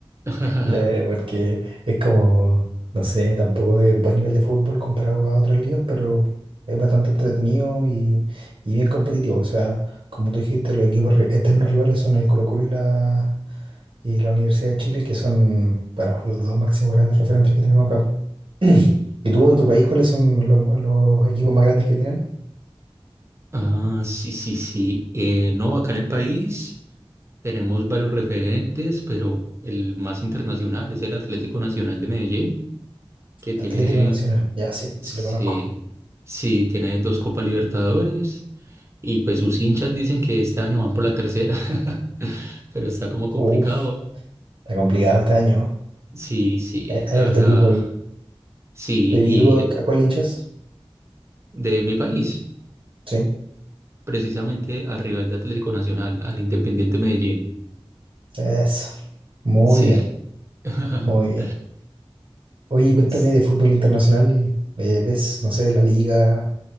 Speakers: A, on the right; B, on the right.
A: <laughs>
B: Le- Porque es como, no sé, tampoco es buen nivel de fútbol comparado a otras ligas, pero es bastante entretenido y, y bien competitivo. O sea, como tú dijiste, los equipos ri- eternos rivales son el Colo-Colo y la, y la Universidad de Chile, que son, bueno, los dos máximos grandes referentes que tenemos acá. <clears throat> ¿Y tú en tu país cuáles son lo- los, equipos más grandes que tienen?
A: Ah, sí, sí, sí. Eh, no, acá en el país tenemos varios referentes, pero el más internacional es el Atlético Nacional de Medellín, que tiene,
B: Atlético Nacional. Ya, sí, sí
A: sí,
B: lo conozco.
A: sí, tiene dos Copas Libertadores Y pues sus hinchas dicen que este año van por la tercera, <laughs> pero está como complicado.
B: Uf, está complicado este año. ¿no?
A: Sí, sí,
B: Hay, hay
A: la
B: harto
A: verdad,
B: equipo y,
A: sí.
B: ¿y
A: Y
B: tú a,
A: eh,
B: a cuál le hinchas?
A: de mi país,
B: Sí.
A: precisamente al rival de Atlético Nacional, al Independiente Medellín.
B: Eso. Muy
A: Sí.
B: bien,
A: <laughs>
B: muy bien. Oye, cuéntame
A: S-
B: de fútbol internacional. eh, ¿Ves, no sé, la liga